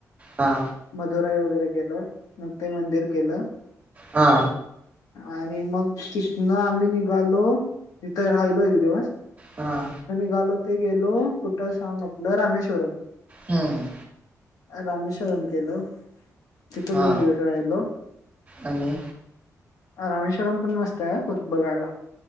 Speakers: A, on the right; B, on the left.
A: हा
B: मधुरागै लं नक ते मंदिर केलं
A: हा
B: आणि मग तिथनं आम्ही निघालो तिथं राहिलो एक दिवस
A: हम
B: घालो ते गेलो कुठं सांग आपलं रामेश्वरम
A: हम्म
B: रामेश्वरन केलं तिथं
A: हा
B: दोन दिवस राहिलो
A: आणि
B: रामेश्वरम पण मस्त आहे फक्त बघायला